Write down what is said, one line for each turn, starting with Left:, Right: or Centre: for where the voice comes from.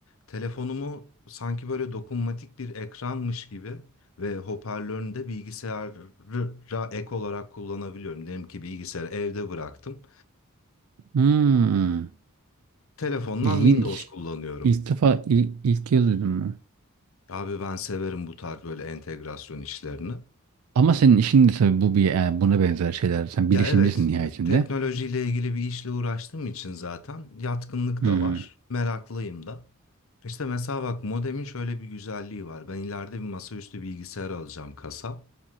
Left: Telefonumu sanki böyle dokunmatik bir ekranmış gibi ve hoparlörünü de bilgisayara ek olarak kullanabiliyorum. Diyelim ki bilgisayarı evde bıraktım.
Right: Hmm,
Left: Telefondan
Right: ilginç.
Left: Windows kullanıyorum.
Right: İlk defa il- ilk kez duydum bunu.
Left: Abi ben severim bu tarz böyle entegrasyon işlerini.
Right: Ama senin işin de tabii bu bir yani buna benzer şeyler. Sen
Left: Ya
Right: bilişimcisin
Left: evet,
Right: nihayetinde.
Left: teknolojiyle ilgili bir işle uğraştığım için zaten yatkınlık
Right: Hmm,
Left: da var, meraklıyım da. İşte mesela bak modemin şöyle bir güzelliği var. Ben ileride bir masaüstü bilgisayar alacağım kasa.